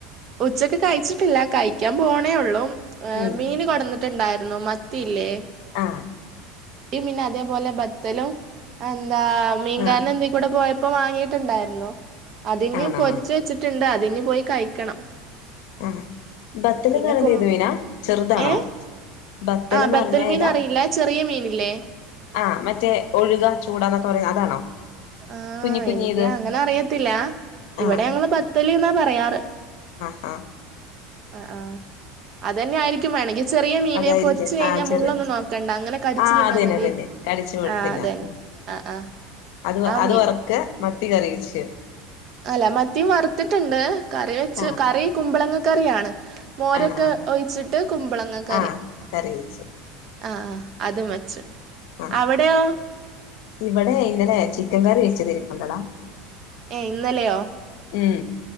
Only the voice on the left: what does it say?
ഉം
ആ
ആഹ്
ആണോ
ആ ബത്തില്
എന്ന് പറയുന്നേ
ഏത് മീനാ ചെറുതാണോ
ബത്തലെന്ന്
പറഞ്ഞ
ഏതാ
ആ മറ്റേ ഒഴുക ചൂടന്നൊക്കെ പറയുന്നേ അതാണോ
കുഞ്ഞി കുഞ്ഞി
ഇത്
ആഹ്
ആ
അതായിരിക്കും
ആ ചെറി
ആ
അതന്നെ
അതന്നെ കടിച്ചു
തിന്നാം
ഉം
അത്
അത്
വറക്കാ മത്തി കറിവച്ചു
ആ
ആണോ ആ
ആ കറി വെച്ച്
ആ
ഇവിടെ ഇന്നലെ ചിക്കൻ കറി വെച്ചതിരിപ്പുണ്ടടാ
ഉം